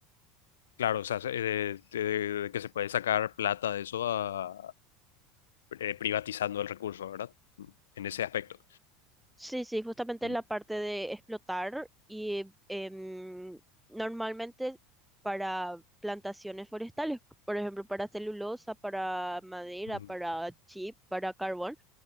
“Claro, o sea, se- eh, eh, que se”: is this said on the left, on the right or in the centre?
Left